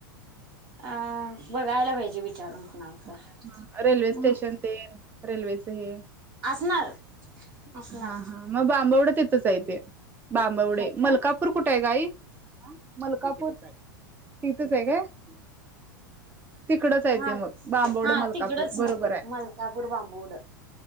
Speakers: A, on the right (about 35°); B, on the right (about 15°).
A: अ बगायला पायजे विचारून. कुणाला तर
B: हं रेल्वे स्टेशनं
A: हम्म
B: ते. रेल्वेच हे.
A: असणार असणार
B: हा. हा. मग बांबूव्हडं तितचं हाय ते. बांबवडे,
A: हाय का
B: मलकापूर कुठे हाय ग आई? मलकापूर. तिथच हाय काय. <unintelligible> तिकडच हाय
A: हा
B: ते मग. बांबवड
A: हा
B: मलकापूर
A: तिकडंच
B: बरोबर
A: मग ते
B: आहे.
A: मलकापूर बांबूवड.